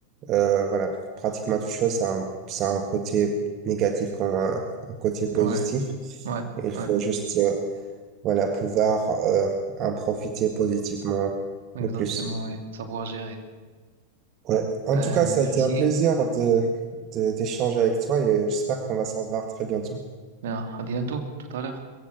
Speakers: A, on the right; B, on the right.
A: euh, voilà, pratiquement toute chose, ça a un, ça a un côté négatif comme un, un côté positif.
B: Ouais, ouais,
A: Et il
B: ouais,
A: faut juste, euh, voilà, pouvoir euh, en profiter positivement
B: exactement,
A: le plus.
B: ouais. Savoir gérer.
A: Ouais. En
B: Ben,
A: tout cas, ça
B: merci.
A: a été un plaisir de, de- d'échanger avec toi et j'espère qu'on va s'en voir très bientôt.
B: Ben, à bientôt, tout à l'heure.